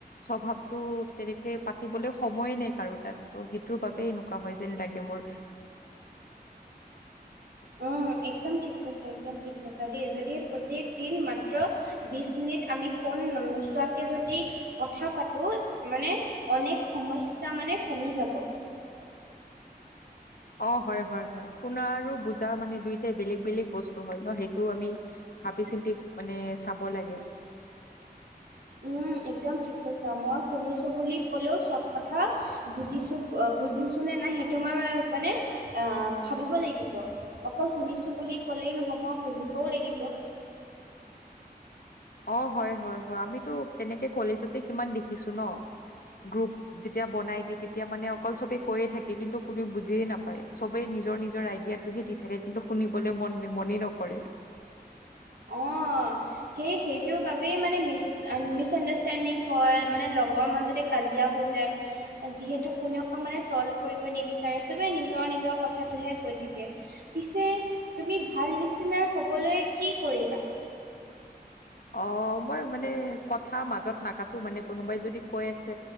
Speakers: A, on the left; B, on the right.
A: স্বভাৱতো তেনেকে পাতিবলে সময়ে নাই কাৰো তাত ত' সেইটোৰ বাবে এনেকুৱা হয় যেন লাগে মোৰ। <unintelligible>
B: উম, একদম ঠিক কৈছে একদম ঠিক কৈছা দেই যদি প্ৰত্যেকদিন মাত্ৰ বিশ এক মিনিট আমি ফোন নো নোচোৱাকে যদি কথা পাতো মানে অনেক সমস্যা মানে কমি যাব।
A: অ হয় হয় হয় শুনা আৰু বুজা মানে দুইটাই বেলেগ বেলেগ বস্তু হয় ন সেইটো আমি ভাবি চিন্তি মানে চাব লাগে।
B: উম একদম ঠিক কৈছা মই শুনিছো বুলি ক'লেও চব কথা বুজিছো অহ বুজিছোঁ নে নাই সেইটো মই মানে আহ ভাবিব লাগিব অকল শুনিছো বুলি কলেই নহব বুজিবও লাগিব
A: অহ হয় হয় হয় আমিতো তেনেকে কলেজতে কিমান দেখিছো ন গ্ৰুপ যেতিয়া বনাই দিয়ে তেতিয়া মানে অকল চবে কৈয়ে থাকে কিন্তু কোনও বুজিয়ে নাপ হয় চবে নিজৰ নিজৰ আইডিয়াটোহে দি থাকে কিন্তু শুনিবলৈ মন মনেই নকৰে
B: অঁহ সেই সেইটোৰ বাবেই মানে মিচ মিচ আণ্ডাৰষ্টেণ্ডিং হয় মানে লগৰ মাজতে কাজিয়া হৈ যায় যিহেতু কোনেও মানে তল পৰিব নিবিচাৰে চবেই নিজৰ নিজৰ কথাটোহে কৈ থাকে পিছে তুমি ভাল নিচিনাৰ হ'বলৈ কি কৰিবা
A: অহ মই মানে কথা মাজত নাকাতো মানে কোনোবাই যদি কৈ আছে